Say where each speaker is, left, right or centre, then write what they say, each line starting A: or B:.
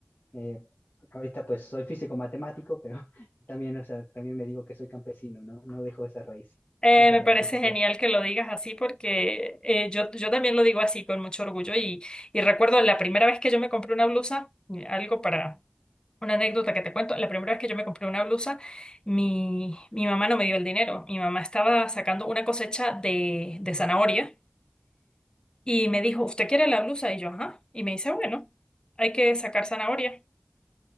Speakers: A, on the left (about 50°); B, on the left (about 20°).
A: Eh, ahorita pues soy físico matemático, pero <laughs> también, o sea, también me digo que soy campesino, ¿no? No dejo esa raíz,
B: Eh,
A: esas
B: me
A: raíces
B: parece
A: atrás.
B: genial que lo digas así porque eh, yo, yo también lo digo así con mucho orgullo y, y recuerdo la primera vez que yo me compré una blusa, eh, algo para una anécdota que te cuento, la primera vez que yo me compré una blusa, mi, mi mamá no me dio el dinero, mi mamá estaba sacando una cosecha de, de zanahoria y me dijo, ¿usted quiere la blusa? Y yo, ajá, y me dice, bueno, hay que sacar zanahoria.